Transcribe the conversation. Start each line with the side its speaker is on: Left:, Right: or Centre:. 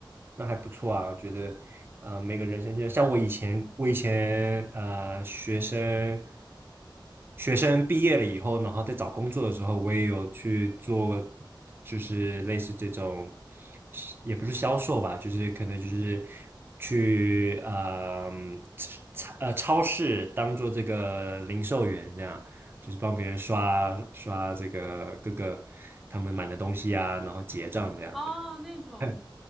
Right: 那还不错啊，我觉得，呃，每个人生阶段像我以前，我以前呃，学生学生毕业了以后，然后在找工作的时候，我也有去做，就是类似这种，也不是销售吧，就是可能就是去呃超呃超市当做这个零售员这样，就是帮别人刷刷这个各个他们买的东西啊，然后结账这样的，
Centre: 哦，那种，
Right: <laughs>